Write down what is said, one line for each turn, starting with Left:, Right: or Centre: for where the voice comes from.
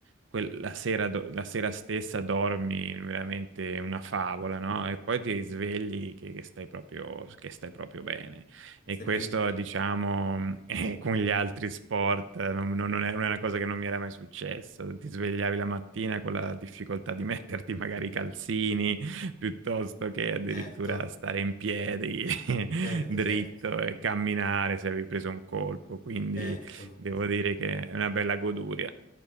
Right: quel- la sera, do- la sera stessa dormi veramente una favola, no? E poi ti risvegli che, che stai proprio, che stai proprio bene. E
Left: Stai
Right: questo,
Left: benissimo,
Right: diciamo, <laughs> eh, con gli altri sport eh, non, non- non è non è una cosa che non mi era mai successo. Ti svegliavi la mattina con la difficoltà di metterti magari i calzini piuttosto che addirittura
Left: certo,
Right: stare in piedi <laughs>
Left: certo,
Right: dritto
Left: certo,
Right: e camminare se avevi preso un colpo. Quindi
Left: certo.
Right: devo dire che è una bella goduria.